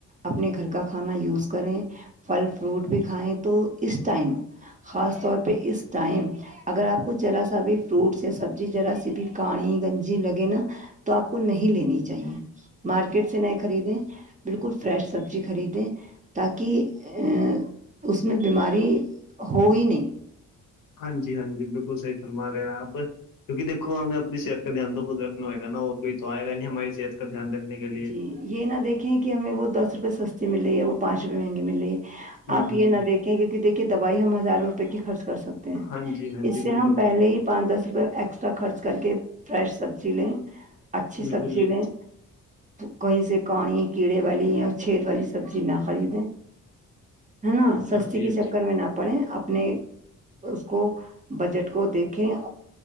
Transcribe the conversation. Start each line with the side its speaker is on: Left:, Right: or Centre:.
Right: اپنے گھر کا کھانا یوز کریں پھل فروٹ بھی کھائیں تو اس ٹائم خاص طور پہ اس ٹائم اگر آپ کو ذرا سا بھی فروٹس یا سبزی ذرا سی بھی کاڑی گنج جی لگے نا تو آپ کو نہیں لینی چاہیے مارکیٹ سے ن خریدیں بالکل فریش سبزی خریدیں تاکہ ا اس میں بیماری ہو ہی نہیں
Left: ہاں جی ہاں جی بالکل صحیح فرما رہے ہو آپ کیونکہ دیکو ہمیں اپنی صحت کا دھیان تو خود رکھنا ہوگا نا اور کوئی تو آئے گا نہیں ہماری صحت کا دھیان رکھنے کے لیے
Right: جی یہ نہ دیکھیں کہ ہمیں وہ دس روپے سستی مل رہی ہے وہ پانچ روپے مہنگی مل رہی ہے
Left: ہوں
Right: آپ یہ
Left: ہوں
Right: نہ دیکھ کیونکہ دیکھیے دوائی ہم ہزار روپے کی خرچ کر سکتے ہیں
Left: ہاں جی ہاں
Right: اس
Left: جی
Right: سے
Left: بالکل
Right: ہم پہلے
Left: بالکل
Right: ہی پانچ دس روپے ایکسٹرا خرچ کر کے فریش سبزی لیں اچھی
Left: بالکل
Right: سبزی
Left: جی
Right: لیں کہیں سے کاڑیں کیڑے والی ہے یا چھید والی سبزی نہ خریدیں ہے نا سستی
Left: ہاں جی
Right: کے
Left: ہاں
Right: چکر
Left: جی
Right: میں نہ پڑے اپنے اس کو بجٹ کو دیکھیں